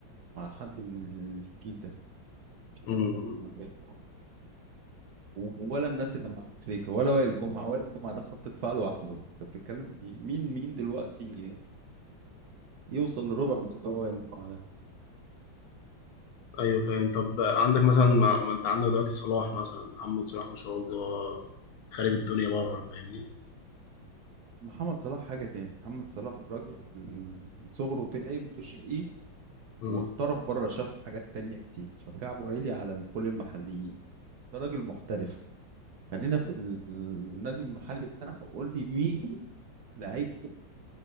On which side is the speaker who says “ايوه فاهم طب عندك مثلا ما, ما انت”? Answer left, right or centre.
Left